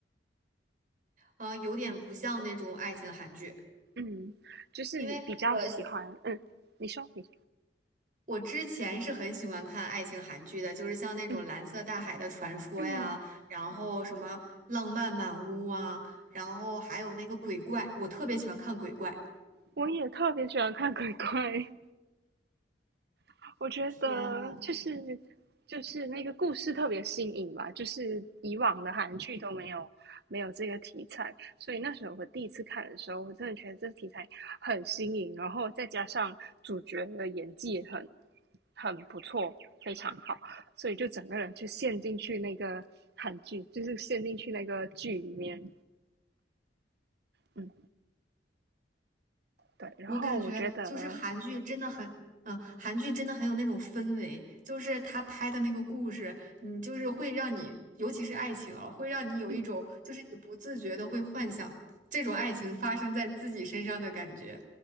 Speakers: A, on the right; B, on the right.
A: 嗯、有点不像那种爱情韩剧，
B: 嗯嗯，就是你比较喜欢，
A: 因为我
B: 嗯，你说你，
A: 我之前是很喜欢看爱情韩剧的，就是像那种《蓝色大海的传说》呀，
B: 嗯。嗯，
A: 然后什么《浪漫满屋》啊，然后还有那个鬼怪，我特别喜欢看鬼怪。
B: 我也特别喜欢看鬼鬼，<laughs> 我觉得就是就是那个故事特别新颖吧，
A: 天呐！
B: 就是以往的韩剧都没有没有这个题材，所以那时候我第一次看的时候，我真的觉得这题材很新颖，然后再加上主角的演技也很很不错，非常好，所以就整个人就陷进去那个韩剧，就是陷进去那个剧里面。嗯，对，然后我觉得，
A: 我感觉就是韩剧真的很，嗯，韩剧真的很有那种氛围，就是他拍的那个故事，你就是会让你，
B: 对，
A: 尤其是爱情啊，会让你有一种就是你不自觉的会幻想这种爱情发生在自己身上的感觉。
B: 嗯。